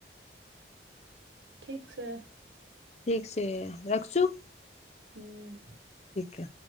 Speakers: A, on the right; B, on the left.
A: ઠીક છે.
B: ઠીક છે રાખશું?
A: હમ
B: ઠીકે.